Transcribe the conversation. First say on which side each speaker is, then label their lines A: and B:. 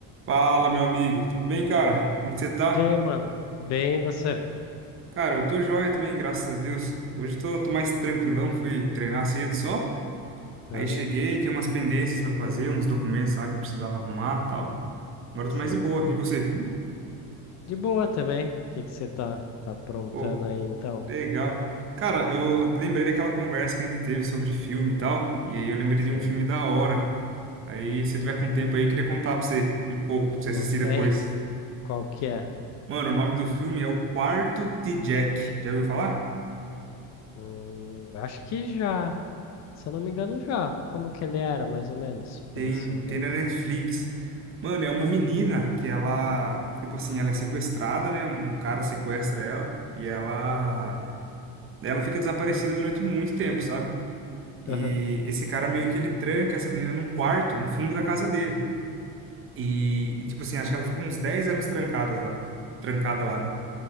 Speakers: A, on the right; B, on the left.
A: Fala, meu amigo. Tudo bem, cara? Como que você tá?
B: E aí, mano? Bem, você?
A: Cara, eu tô joia também, graças a Deus. Hoje tô, tô mais tranquilão, fui treinar cedo só. Aí
B: Aham,
A: cheguei, tinha umas pendências pra fazer, uns documentos lá que eu precisava arrumar e tal. Agora eu
B: sei.
A: tô mais de boa. E você?
B: De boa também. O que que você tá, tá aprontando
A: Pô,
B: aí, então?
A: legal. Cara, eu lembrei daquela conversa que a gente teve sobre filme e tal. E aí eu lembrei de
B: Sei.
A: um filme da hora. Aí, se você tiver com tempo aí, eu queria contar pra você um pouco, pra você
B: Conta
A: assistir depois.
B: aí. Qual que é?
A: Mano, o nome do filme é O Quarto de Jack. Já ouviu falar?
B: Hum, acho que já. Se eu não me engano, já. Como que ele era, mais ou menos? Pra
A: Tem,
B: ver se eu lembro.
A: tem na Netflix. Mano, é uma menina que ela, tipo assim, ela é sequestrada, né? Um um cara sequestra ela e ela ela fica desaparecida durante muito tempo, sabe? E
B: Aham,
A: esse cara meio que ele tranca essa menina num quarto, no fundo da casa dele. E, e, tipo assim, acho que ela fica uns 10 anos trancada lá, trancada lá, né?